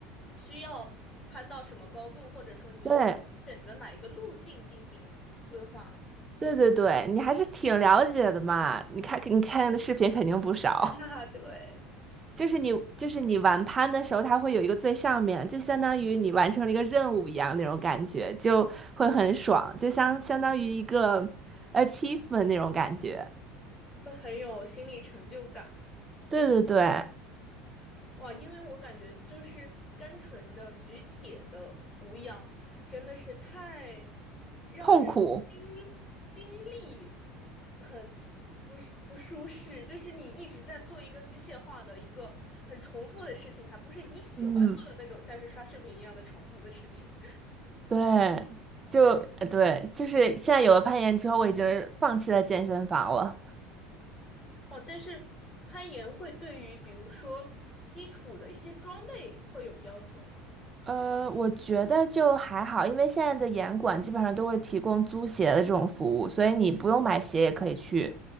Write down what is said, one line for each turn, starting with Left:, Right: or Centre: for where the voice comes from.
Left: 需要攀到什么高度，或者说你选择哪一个路径进行规划。
Right: 对。对对对，你还是挺了解的嘛。你看，你看的视频肯定不少。
Left: <laughs> 啊，对，
Right: <laughs> 就是你，就是你玩攀的时候，它会有一个最上面，就相当于你完成了一个任务一样那种感觉，就会很爽，就相相当于一个 achievement 那种感觉。
Left: 会很有心理成就感。
Right: 对对对，
Left: 哇，因为我感觉就是单纯的举铁的无氧，真的是太让人心
Right: 痛苦，
Left: 心力很不是不舒适，就是你一直在做一个机械化的一个很重复的事情，还不是你喜欢做的那种，
Right: 嗯，
Left: 像是刷视频一样的重复的事情。
Right: 对，就呃对，就是现在有了攀岩之后，我已经放弃了健身房了。
Left: 哇，但是攀岩会对于比如说基础的一些装备会有要求吗？
Right: 呃，我觉得就还好，因为现在的严管基本上都会提供租鞋的这种服务，所以你不用买鞋也可以去，